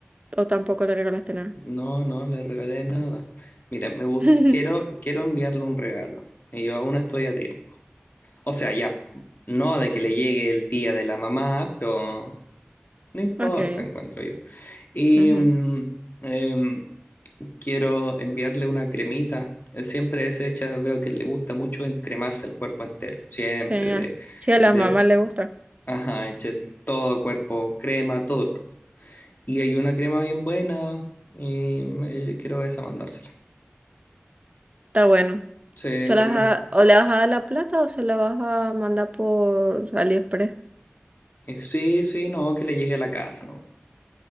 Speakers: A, on the right (about 30°); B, on the left (about 45°).
A: ¿O tampoco le regalaste nada?
B: no, no le regalé nada. Mira, me gusta,
A: <laughs>
B: quiero, quiero enviarle un regalo. Y yo aún estoy a tiempo. O sea, ya, no de que le llegue el día de la mamá, pero no importa,
A: Ok.
B: encuentro yo. Y,
A: ujú.
B: mm, em, Quiero enviarle una cremita. Él siempre es hecha, veo que le gusta mucho encremarse el cuerpo entero. Siempre
A: Sí, a-
B: de,
A: sí, a la
B: de,
A: mamá le gusta.
B: ajá, eche todo el cuerpo, crema, todo el cuerpo. Y hay una crema bien buena y eh, quiero esa mandársela.
A: Está bueno.
B: Sí,
A: Se
B: por
A: las
B: mer-
A: va- o le vas a dar la plata o se la vas a mandar por AliExpress.
B: eh, sí, sí, no, que le llegue a la casa, ¿no?